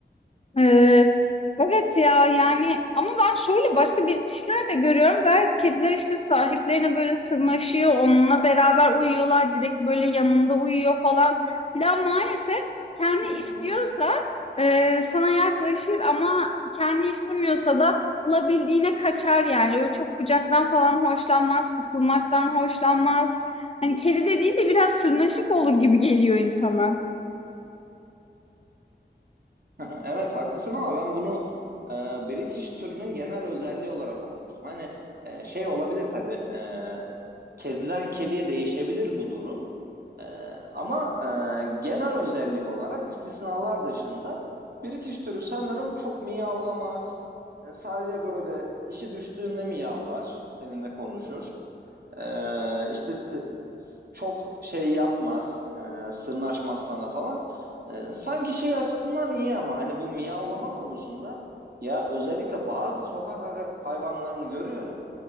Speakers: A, on the left; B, on the right.
A: Ee, evet ya yani ama ben şöyle başka birikişler de görüyorum. Gayet kediler işte sahiplerine böyle sırnaşıyor, onunla beraber uyuyorlar, direkt böyle yanında uyuyor falan filan. Maalesef kendi
B: Hı
A: istiyorsa
B: hı.
A: e, sana yaklaşır ama kendi istemiyorsa da alabildiğine kaçar yani. Öyle çok kucaktan falan hoşlanmaz, sıkılmaktan hoşlanmaz. Hani kedi dediğin de biraz sırnaşık olur gibi geliyor insana.
B: <laughs> Evet haklısın ama ben bunu e, British türünün genel özelliği olarak okumuştum. Hani e, şey olabilir tabii e, kediden kediye değişebilir bu durum. Ee, ama e, genel özellik olarak istisnalar dışında British türü sanırım çok miyavlamaz. Yani sadece böyle işi düştüğünde miyavlar, seninle konuşur. Ee, işte çok şey yapmaz, e, sırnaşmaz sana falan. Ee, sanki şey açısından iyi ama hani bu miyavlama konusunda ya özellikle bazı sokak hayvanlarını görüyorum.